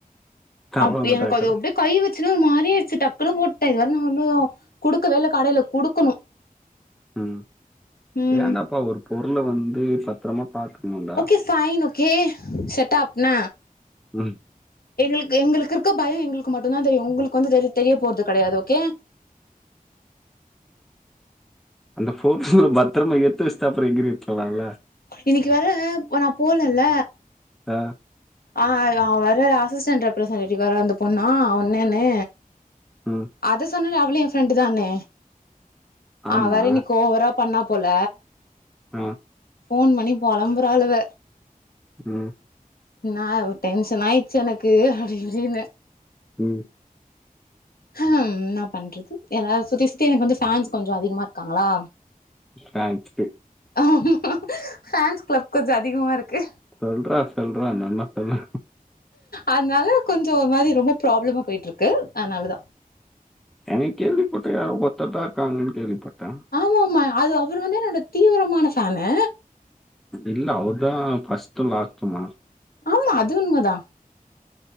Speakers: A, in the centre; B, on the left.
A: கவலப்பட்டா
B: அப் எனக் அது
A: கட
B: அப்டேயே கை வச்சுன்னு ஒரு மாரியே ஆய்ச்சு டக்குனு போட்ட இது வர நா ஒன்னு குடுக்க வேல்ல கடையில குடுக்கணு <inaudible>
A: ம்
B: ம்
A: வேண்டாப்பா ஒரு பொருள வந்து பத்தரமா பாத்துக்னுடா
B: ஓகே ஃபைன் ஓகே செட்டாப் என்ன
A: ம்
B: எங்களுக்கு எங்களுக்கிருக்க பயோ எங்களுக்கு மட்டு தா தெரியு உங்களுக்கு வந்து தெரி தெரிய போறது கெடையாது ஓகே
A: அந்த பொருள பத்ரமா எத்து வச்ட்டு அப்புறோ எங்கிரு வெக்கலா இல்ல
B: இன்னைக்கு வேற வேனா போலல்ல
A: ஆ
B: ஆ அவ வேற அசிஸ்டன்ட் ரெப்ரசென்டேட்டிவ் வேற அந்த பொண்ணா ஓன்னேன்னு
A: ம்
B: அத சொன்ன இல்ல அவளு எ ஃப்ரெண்டு் தானு
A: ஆமா
B: அவ வேற இன்னைக்கு ஓவரா பண்ணா போல
A: ஆ
B: ஃபோன் பண்ணி பொளம்புறாளுவ
A: ம்
B: நா டென்ஷன் ஆயிச்சு எனக்கு அப்டி இப்டின்னு
A: ம்
B: ஹம் என்ன பண்றது எல்லாரு சுத்தி சுத்தி எனக்கு வந்து ஃபேன்ஸ் கொஞ்சோ அதிகமா இருக்காங்களா
A: ஃபேன்ஸு
B: ஆமா ஃபேன்ஸ் கிளப் கொஞ்சோ அதிகமாருக்கு
A: சொல்றா சொல்றா என்னாமா சொல்லு
B: அத்னால கொஞ்சோ ஒரு மாதி ரொம்ப ப்ராப்ளமா போய்ட்டுருக்கு அதனால தா
A: அன்னைக் கேள்வி பட்ருக்கே யாரோ ஒத்தர்தாருக்காங்கன்னு கேள்வி பட்டே
B: ஆமா ஆமா அது அவரு வந்து என்னோட தீவிரமான ஃபேனு
A: இல்ல அவ்ருதா ஃபஸ்ட்டு லாஸ்ட்டுமா
B: ஆமா அது உண்மதா